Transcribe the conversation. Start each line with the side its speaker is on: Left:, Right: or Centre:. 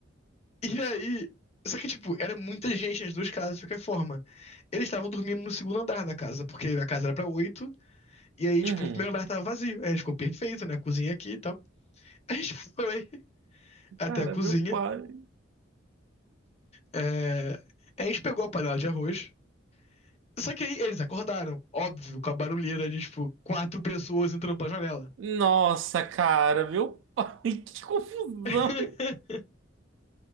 Left: E aí, só que tipo, era muita gente nas duas casas de qualquer forma. Eles estavam dormindo no segundo andar da casa, porque a casa era pra oito, e aí, tipo,
Right: Uhum.
Left: o primeiro andar tava vazio. Aí ficou perfeito, né? Cozinha aqui e tal. <laughs> A gente foi até
Right: Cara,
Left: a cozinha,
Right: meu pai.
Left: é, a gente pegou a panela de arroz. Só que aí eles acordaram, óbvio, com a barulheira de, tipo, quatro pessoas entrando pela janela.
Right: Nossa, cara, meu pai, <laughs> que confusão.
Left: <laughs>